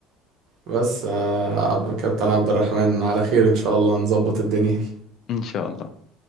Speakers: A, on the right; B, on the left.
A: بس آه، عبد- كابتن عبد الرحمن على خير ان شاء الله نظبط الدنيا
B: ان شاء الله